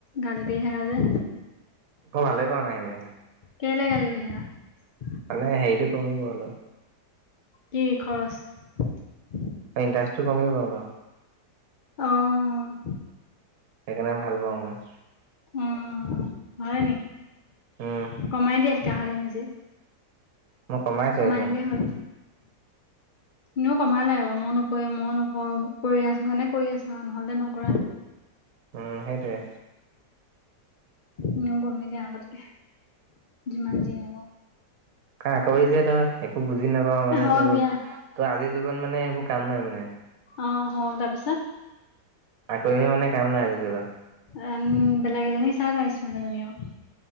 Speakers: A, on the left; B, on the right.
A: গালি পাৰি থাকা যে।
B: মই ভালে পাওঁ নাহিলে।
A: কেলে গালি পাৰি থাকা?
B: মানে হেৰিটো কমিব অলপ।
A: কি? খৰচ? <inaudible>
B: ইণ্টাৰেষ্টটো কমি গ'লটো।
A: অ' অ'।
B: সেইকাৰণে ভাল পাওঁ মই।
A: উম উম, হয় নি?
B: উম
A: কমাই দিয়া। <unintelligible> খালা নিজে
B: মই কমাইছোয়ে
A: কমাই
B: চোন।
A: দিলেই হ'ল এনেও কমালাই বাৰু। মই নো <unintelligible> অঁ কৰি আছো কাৰণে কৰি আছা নহলে নকৰা,
B: উম সেইটোৱে
A: এনেয়ো কমিলে আগতকৈ যিমান যি হলো
B: খাকুৰি যে তই বুজি নাপাও মানে
A: হওক
B: তো
A: দিয়া
B: আজি তোৰ কাৰণে মানে এইবোৰ কাম নাই মানে,
A: অঁহ হয় তাৰপিছত
B: তইও মানে কাম নাই আজি যুগত
A: ওম বেলেগ এজনি চা না ইচমাৰ্ত এজনি অ